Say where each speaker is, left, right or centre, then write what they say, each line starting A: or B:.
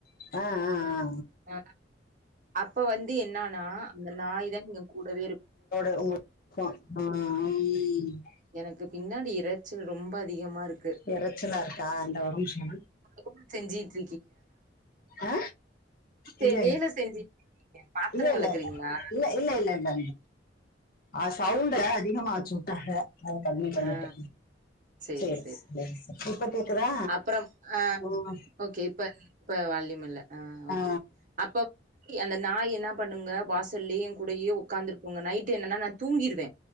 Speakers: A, on the left; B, on the right.
A: ஆ ஆ ஆ
B: ஆ அப்ப வந்து என்னன்னா அந்த நாய் தா எய கூடவே இருக்
A: <unintelligible>
B: எனக்கு பின்னாடி இரச்சல் ரொம்ப அதிகமா இருக்
A: இரச்சலா இருக்கா அந்த ஒரு நிமிஷோ
B: வேல செஞ்சிட்டு
A: ஆ இல்ல
B: அ வேல செஞ்சிட்டு இருக்கீங்க பாத்தர
A: இல்ல இல்ல
B: வளக்கிறீங்களா
A: இல்ல இல்ல இல்ல இல்ல இல்ல அ சவுண்ட அதிகமா வச்சி உட்டாங்க அத கம்மி பண்ணிட்ட
B: ஆ சேரி
A: செரி
B: சேரி
A: செரி செரி இப்ப கேகுத்தா
B: அப்புறம் ஆ
A: ம்
B: ஓகே இப்ப இப்ப வாலிமில்ல அ ஓகே
A: ஆ
B: அப்போ அந்த நாய் என்ன பண்ணுங்க வாசல்லயே எய கூடயே உக்காந்துருக்குங்க நைட் என்னன்னா நா தூங்கிருவ